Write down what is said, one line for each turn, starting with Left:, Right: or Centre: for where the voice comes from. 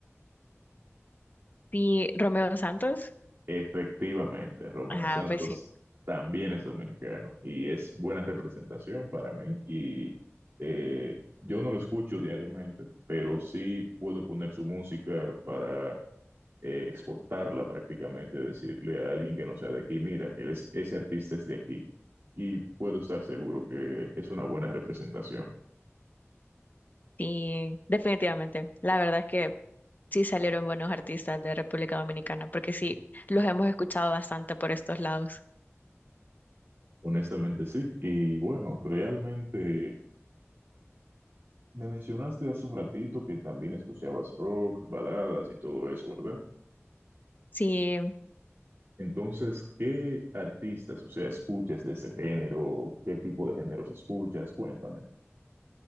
Left: Sí, Romeo Santos.
Right: Efectivamente, Romeo
Left: Ah,
Right: Santos
Left: pues sí,
Right: también es dominicano y es buena representación para mí y eh, yo no lo escucho diariamente, pero sí puedo poner su música para eh, exportarla prácticamente, decirle a alguien que no sea de aquí, mira, él es, ese artista es de aquí. Y puedo estar seguro que es una buena representación.
Left: sí, definitivamente. La verdad es que sí salieron buenos artistas de República Dominicana, porque sí, los hemos escuchado bastante por estos lados.
Right: Honestamente sí. Y bueno, realmente me mencionaste hace un ratito que también escuchabas rock, baladas y todo eso, ¿verdad?
Left: Sí,
Right: Entonces, ¿qué artistas, o sea, escuchas de ese género? ¿Qué tipo de géneros escuchas? Cuéntame.